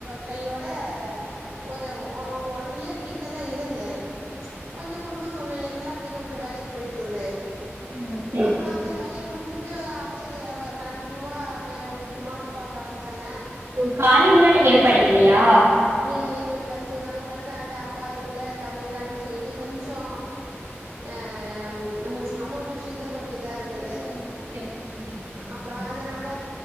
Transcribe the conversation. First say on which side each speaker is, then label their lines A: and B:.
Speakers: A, on the right (about 85°); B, on the right (about 75°).
A: கையோட ஒரு ஒரு ஒன் இயர் வீட்லதா இருந்தே கொஞ்சோ குடும்ப சூழ்நிலைகள்ல அப்டியே கொஞ்ச வேலைக் போய்ட்ருந்தே
B: ம், சரி
A: அப்றோ அந்த வேலைய முடிச்சுட் ட்டு அப்டியே எ ஒ கண்டினியூவா மே மாப்ள பாக்க ஆரம்பிச்சாங்க
B: ஒ காலேஜ்ல்லா நீங்க எது படிக்கலையா
A: இல்லங்க ப்ளஸ் டூ தாங்க படிச்சே அது அப்பா அதுக்குள்ள தவறிட்டாங்கன் சொல்லிட்டு கொஞ்சோ அ ம் ம் அமெண்ட் விஷயத் துல கொஞ்ச இதா இருந்தது
B: ஓ ஓகே ஓகே புரியுது புரியுதுங்க
A: அப்ற அதனால